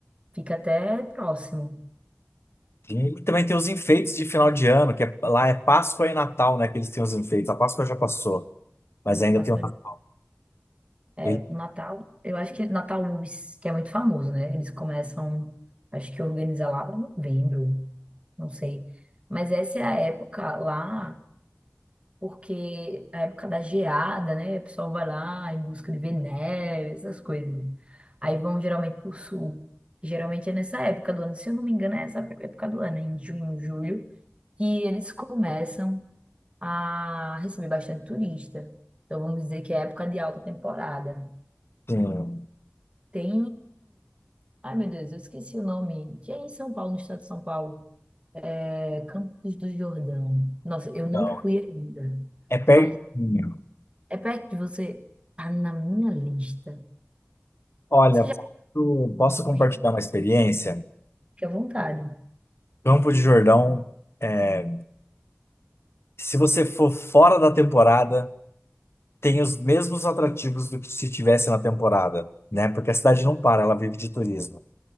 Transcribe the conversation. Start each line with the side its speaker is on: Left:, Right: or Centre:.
Right: fica até próximo.
Left: E também tem os enfeites de final de ano, que é- lá é Páscoa e Natal, né, que eles têm os enfeites. A Páscoa já passou, mas ainda
Right: Páscoa,
Left: tem uma...
Right: é,
Left: Ele,
Right: no Natal, eu acho que Natal Luz, que é muito famoso, né? Eles começam, acho que organiza lá para novembro, não sei. Mas essa é a época lá porque a época da geada, né? O pessoal vai lá em busca de ver neve, essas coisas. Aí vão geralmente pro sul. Geralmente é nessa época do ano, se eu não me engano, é essa época do ano, em junho, julho, que eles começam a receber bastante turista. Então vamos dizer que é época de alta temporada.
Left: tem-
Right: Tem. Ai, meu Deus, eu esqueci o nome. Que é em São Paulo, no estado de São Paulo. É Campos do Jordão. Nossa, eu não
Left: então,
Right: fui ainda.
Left: é pertinho.
Right: mas É perto de você. Tá na minha lista.
Left: Olha,
Right: Você
Left: posso,
Right: já
Left: posso compartilhar
Right: foi, né?
Left: uma experiência?
Right: fique à vontade.
Left: Campo de Jordão, é, se você for fora da temporada, tem os mesmos atrativos do que se tivesse na temporada, né? Porque a cidade não para, ela vive de turismo.